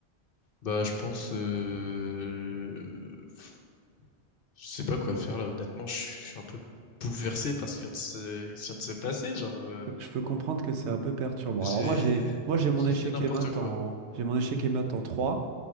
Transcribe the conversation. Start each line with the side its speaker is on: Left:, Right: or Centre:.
Left: Bah, je pense, euh... pff, je sais pas quoi faire là. Honnêtement, je suis je suis un peu bouleversé par ce qui vient de se, ce qui vient de se passer. Genre, euh,
Right: Je peux comprendre que c'est un peu perturbant.
Left: j'ai,
Right: Alors moi j'ai moi j'ai mon
Left: j'ai
Right: échec
Left: fait n'importe
Right: et mat
Left: quoi.
Right: en j'ai mon échec et mat en 3.